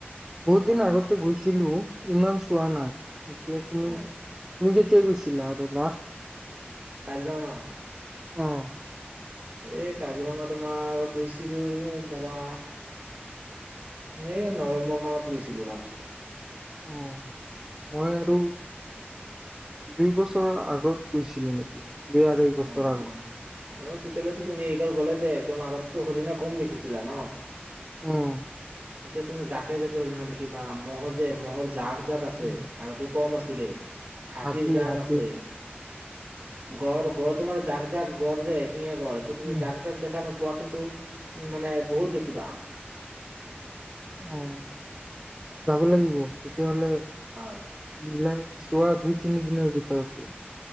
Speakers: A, on the right (about 15°); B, on the right (about 45°).
A: বহুত
B: হয়
A: দিন আগতে গৈছিলো, ইমান চোৱা নাই। এতিয়া তুমি
B: হয়
A: তুমি কেতিয়া গৈছিলা আৰু লাষ্ট?
B: কাজিৰঙা?
A: অ'।
B: এ কাজিৰঙা তোমাৰ গৈছিলো ধৰা এই নৱেম্বৰ মানত গৈছিলো লাষ্ট।
A: অ'। মই আৰু দুই বছৰৰ আগত গৈছিলো নেকি, দুই আঢ়ৈ
B: অ
A: বছৰ আগত।
B: অ অ' তেতিয়াহ'লেটো তুমি এইবাৰ গ'লে যে একদম আগততো হৰিণা কম দেখিছিলা ন'?
A: অ'।
B: এতিয়া তুমি জাকে জাকে হৰিনা দেখিবা, ম'হ যে ম'হৰ জাক জাক আছে।
A: উম
B: আগতে কম আছিলে, হাতীৰ
A: হাতী
B: জাক
A: হাতী
B: আছে। গড়ঁ গড়ঁ তোমাৰ জাক জাক গঁড় যে এখিঙীয়া গঁড়, এইটো তুমি
A: উম,
B: জাক জাক জাক দেখা নপোৱা, কিন্তু উ মানে বহুত দেখিবা।
A: অ', যাব লাগিব তেতিয়াহ'লে।
B: হয়।
A: সেইবিলাক চোৱা দুই তিনি দিনৰ ভিতৰতে।